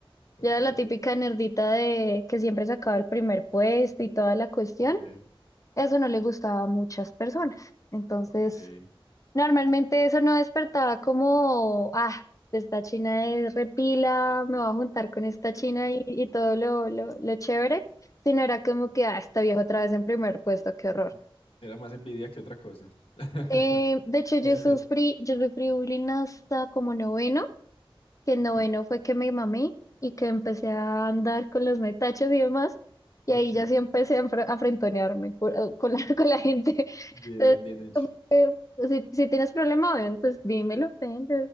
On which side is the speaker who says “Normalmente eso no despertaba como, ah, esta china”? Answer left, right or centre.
Left